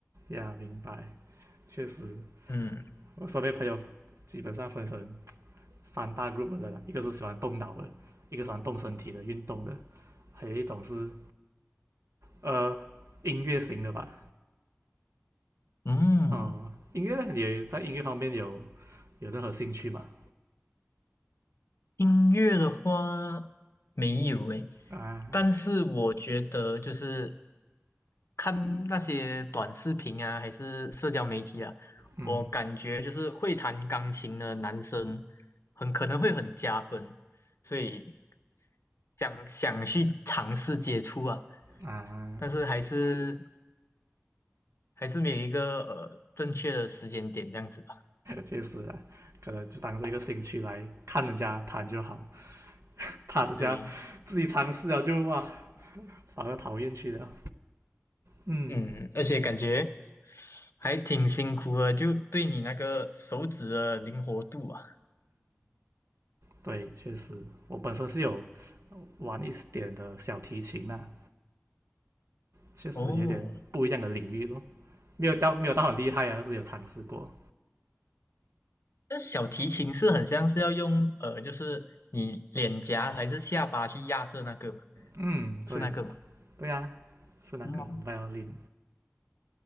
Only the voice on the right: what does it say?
呀，明白，确实，
我身边朋友基本上分成三大 group 的啦，一个是喜欢动脑的，一个喜欢动身体的运动的，还有一种是呃音乐型的吧。
哦、音乐呢，也在音乐方面有有任何兴趣嘛？
啊，
嗯
啊，
确实啊，可能就当做一个兴趣来看人家弹就好，他的这样自己尝试了就哇，
反而讨厌去了。嗯，
对，确实，我本身是有玩一点的小提琴呐、啊确实有点不一样的领域咯。
没有教，没有到很厉害啊，但是有尝试过。
嗯，
对，对呀、是那个
violin。